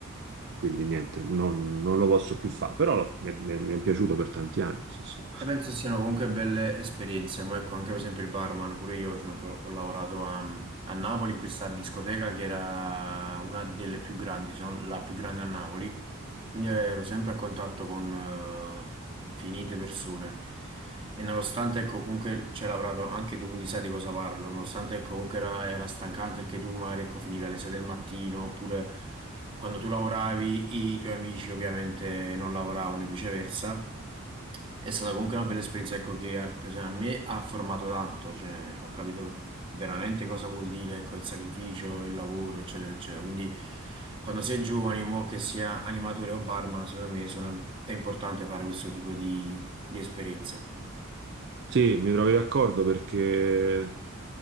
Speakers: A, on the right; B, on the right.
A: quindi niente, non, non lo posso più fare, però l'ho- mi, mi- mi è piaciuto per tanti anni, sì, sì.
B: E penso siano comunque belle esperienze, ma ecco anche per esempio il barman, pure io esempio, ho lavorato a, a Napoli in questa discoteca che era una delle più grandi, se non la più grande a Napoli, quindi ero sempre a contatto con eh, infinite persone e nonostante ecco comunque ci hai lavorato anche tu, quindi sai di cosa parlo, nonostante ecco comunque era, era stancante perché tu magari ecco finivi alle 6 del mattino oppure quando tu lavoravi i tuoi amici ovviamente non lavoravano e viceversa. È stata comunque una bella esperienza, ecco, che eh, per esempio, a me ha formato tanto, cioè ho capito veramente cosa vuol dire, ecco, il sacrificio, il lavoro, eccetera, eccetera. Quindi quando sei giovane, mo che sia animatore o barman, secondo me sono- è importante fare questo tipo di, di esperienze.
A: Sì, mi trovi d'accordo perché